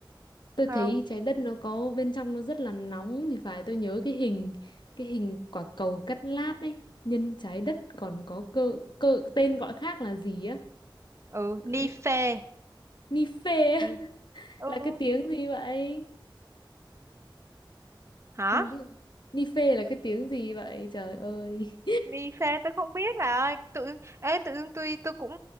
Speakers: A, on the left; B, on the right.
A: tôi
B: không
A: thấy trái đất nó có bên trong nó rất là nóng thì phải tôi nhớ cái hình cái hình quả cầu cắt lát ấy nhân trái đất còn có cơ cơ tên gọi khác là gì á
B: ừ
A: Ờ,
B: ni phê
A: ni phê
B: Ni-
A: á là
B: ừ
A: cái tiếng gì vậy
B: hả
A: không biết ni phê là cái tiếng gì vậy trời ơi
B: ni phê tôi không biết bà ơi tự ê tự dưng tôi tôi cũng